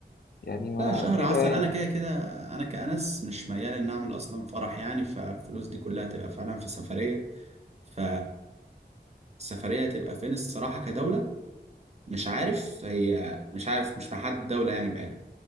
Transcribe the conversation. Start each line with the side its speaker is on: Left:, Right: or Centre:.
Left: يعني ما
Right: لا شهر
Left: كده
Right: عسل
Left: يعني
Right: أنا كده كده أنا كأنس مش ميال إن أعمل أصلا فرح يعني فالفلوس دي كلها تبقى فعلا في سفرية ف السفرية تبقى فين الصراحة كدولة مش عارف هي مش عارف مش محدد دولة يعني بعينها